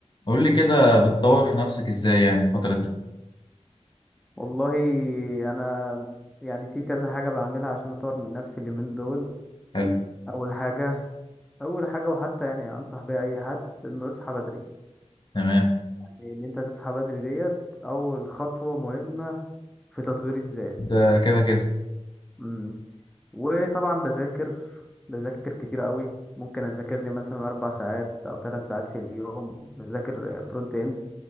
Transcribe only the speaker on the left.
قول لي كده بتطور في نفسك ازاي يعني الفترة دي
حلو
تمام
ده كده كده